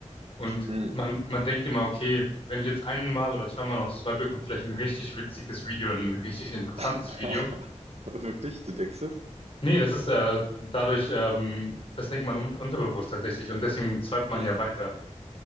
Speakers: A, on the left; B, on the right.
A: Und
B: mm.
A: man, man denkt immer, okay, wenn ich jetzt einmal oder zweimal noch swipe, kommt vielleicht ein richtig witziges Video, ein richtig interessantes
B: <laughs>
A: Video.
B: Wirklich? Du denkst es?
A: Nee, das ist äh, dadurch, ähm, das denkt man un unterbewusst tatsächlich und deswegen swipet man
B: Mm.
A: ja weiter.